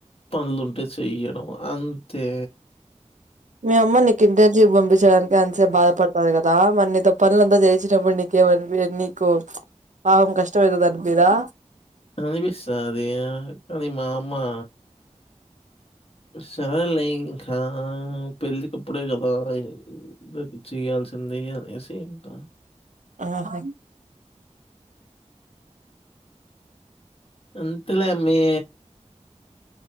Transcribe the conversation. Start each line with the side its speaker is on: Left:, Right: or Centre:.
Left: పనులుంటే చెయడము. అంతే
Right: మీ అమ్మ నీక్ ఇంట్లోంచి పంపిచ్చడానికి ఎంతసేప్ బాధపడతాది గద్ దా మరి నీతో పనులు అంతా చేయిచ్చేటప్పుడు నీకేవ అనిపియ్యద్ నీకు ప్చ్ పాపం కష్టం అయతది అనిపియదా
Left: అనిపిస్తాది యా కానీ మా అమ్మా. సరేలే ఇంకా పెళ్ళకిప్పుడే గదా ఉమ్ చేయాల్సింది అనేసి ఇంకా
Right: ఆహ
Left: అంతెలే అమ్మీ